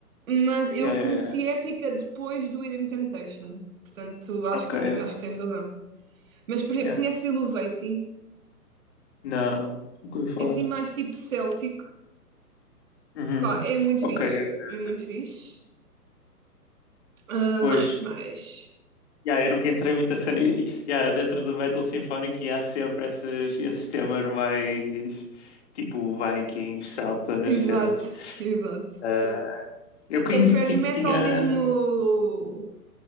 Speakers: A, on the right; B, on the left.
A: Mas eu
B: Yeah, yeah,
A: conheci
B: yeah.
A: Épica depois do Idem Temptation. Portanto, acho
B: Ok,
A: que sim,
B: ok.
A: acho que tens razão. Mas, por exemplo,
B: Yeah.
A: conheces Iluvaty?
B: Não, nunca ouvi falar.
A: É assim mais tipo céltico.
B: Uhum.
A: Pá, é muito
B: Ok,
A: fixe.
B: ok.
A: É muito fixe. Ah,
B: Pois,
A: mais, mais.
B: yeah, eu nunca entrei muito a cena. e- e- Yeah, dentro do metal sinfónico e há sempre esses, esses temas mais tipo Vikings, celtas,
A: Exato,
B: cenas.
A: <laughs> exato.
B: Ah, eu
A: Então
B: conheci
A: preferes
B: que
A: metal
B: tinha.
A: mesmo...